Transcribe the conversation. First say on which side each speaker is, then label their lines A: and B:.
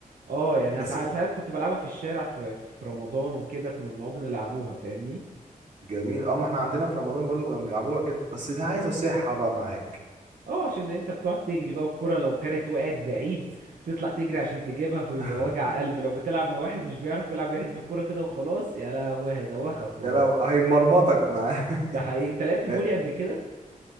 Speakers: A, on the right; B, on the right.
A: اه يعني
B: بس
A: ساعات ساعات كنت بلعبها في الشارع في, في رمضان وكده كنا بنقعد نلعبوها فاهمني
B: جميل اه ما احنا عندنا في رمضان برضو كنا بنلعبوها كده بس دي عايزة صحة بقى معاك
A: اه عشان انت بتقعد تجري بقى الكرة لو جرت وقعت بعيد بتطلع تجري عشان تجيبها فبيبقى
B: <laughs>
A: وجع قلب لو بتلعب مع واحد مش بيعرف يلعب يحدف الكرة كده وخلاص يا لهوي هيدوخك وراه
B: يا لو هيمرمطك معاه <laughs>
A: ده حقيقي انت لعبت
B: لا،
A: فولي قبل كده